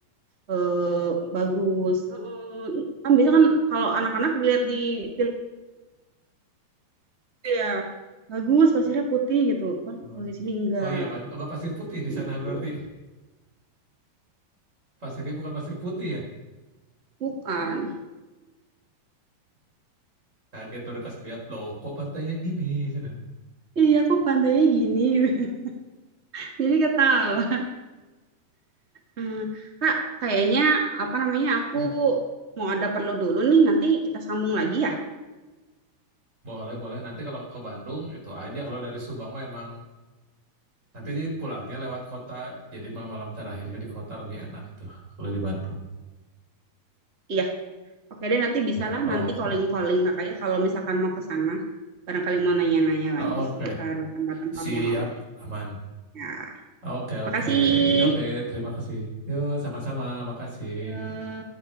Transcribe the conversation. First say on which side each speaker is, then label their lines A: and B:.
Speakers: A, on the right (about 75°); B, on the right (about 20°).
A: eh, bagus. Mm, Kan biasa kan kalau anak-anak dilihat di film ya bagus pasirnya putih gitu. Kalau
B: Oh,
A: di sini enggak
B: Oh iya, pas- enggak pasir putih di
A: gitu.
B: sana berarti. Pasirnya bukan pasir putih ya.
A: Bukan.
B: Kaget baru pas lihat loh kok pantainya gini sana.
A: Iya, aku pantainya gini gitu. <laughs> Jadi ketawa. Hmm, Kak, kayaknya apa namanya aku
B: Ya,
A: mau ada perlu dulu nih. Nanti kita sambung lagi ya.
B: boleh boleh nanti kalau ke Bandung itu aja kalau dari Subang mah emang nanti pulangnya lewat kota. Jadi malam-malam terakhirnya di kota lebih enak itu kalau di Bandung.
A: Iya, oke deh nanti bisalah
B: Gitu. Oke.
A: nanti calling-calling kakaknya kalau misalkan mau ke sana. Barangkali mau nanya-nanya
B: Oke.
A: lagi seputar tempat-tempat
B: Siap,
A: yang oke.
B: aman.
A: Ya,
B: Oke, oke,
A: makasih.
B: oke. Terima kasih. yuk sama-sama. Makasih.
A: Yuk.